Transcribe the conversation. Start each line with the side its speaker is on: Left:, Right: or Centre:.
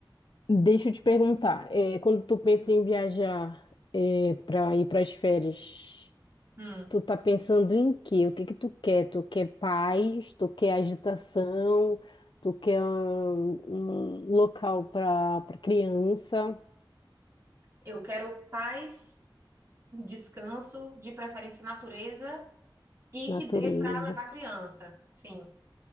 Left: deixa eu te perguntar, é, quando tu pensa em viajar é, pra ir pras férias,
Right: Hum,
Left: tu tá pensando em quê? O que que tu quer? Tu quer paz? Tu quer agitação? Tu quer hum, um, local pra, pra criança?
Right: eu quero paz, descanso, de preferência natureza e
Left: Natureza.
Right: que dê para levar criança. Sim. O